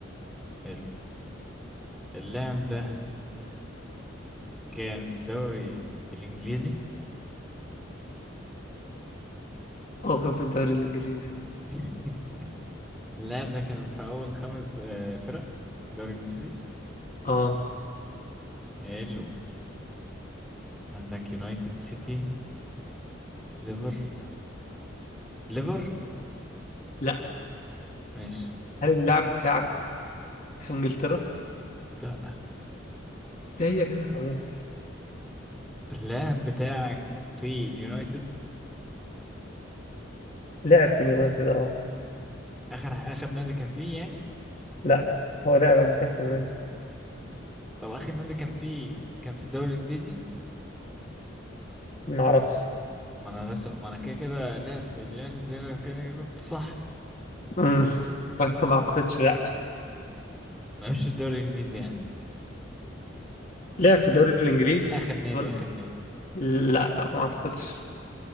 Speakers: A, in the centre; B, on the left.
A: حلو اللاعب ده كان في الدوري الإنجليزي
B: اه كان في الدوري الإنجليزي
A: <laughs> اللاعب ده كان في أول خمس د- آه فرق في الدوري الإنجليزي
B: اه
A: حلو عندك يونايتد سيتي ليفر ليفر
B: لا
A: ماشي
B: هل اللاعب بتاعك في إنجلترا؟
A: لا
B: ازاي يا جدع ماشي
A: اللاعب بتاعك في اليونايتد
B: لعب في اليونايتد اه
A: اخر اخر نادي كان فيه يعني
B: لا هو لعب قبل كده في اليونايتد
A: طب اخر نادي كان فيه كان في الدوري الانجليزي
B: ما اعرفش
A: ما انا ده سؤال ما انا كده كده لاعب في اليونايتد ده أنا كده كده جبت صح
B: امم بس
A: فن-
B: ما اعتقدش لا
A: ما مش في الدوري الانجليزي يعني
B: لعب في الدوري الانجليزي
A: اخر نادي
B: سؤال
A: اخر نادي
B: لا لا ما اعتقدش